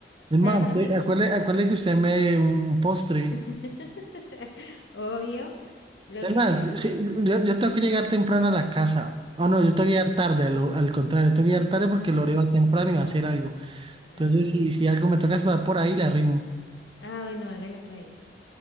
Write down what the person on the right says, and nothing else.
es
más, usted-
acuérdate,
acuérdate que usted me dé un postre,
Es
más,
sí, yo, yo tengo que llegar temprano a la casa. o no, yo tengo que llegar tarde, a lo- al contrario, tengo que llegar tarde porque Lore
va temprano y va a hacer algo. Entonces,
si, si algo me toca esperar por ahí, la rimo.